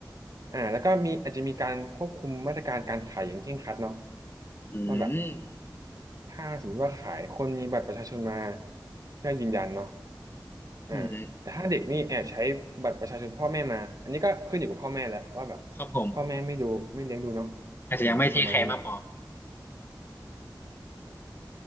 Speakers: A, on the right; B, on the left.
A: อ่าแล้วก็มีอาจจะมีการควบคุมมาตรการการขายอย่างเคร่งครัดเนาะ
B: อืม
A: ว่าแบบ ถ้าสมมติว่าขายคนมีบัตรประชาชนมาเพื่อยืนยันเนาะอ่าแต่ถ้าเด็กนี่แอบใช้บัตรประชาชนพ่อแม่มาอันนี้ก็ขึ้นอยู่กับพ่อแม่แหละว่าแบบ
B: อืมครับผม
A: พ่อแม่ไม่ดูไม่เลี้ยงดูเนาะ
B: อาจจะยังไม่เทคแคร์มากพอ
A: อืมประมาณนี้เนาะ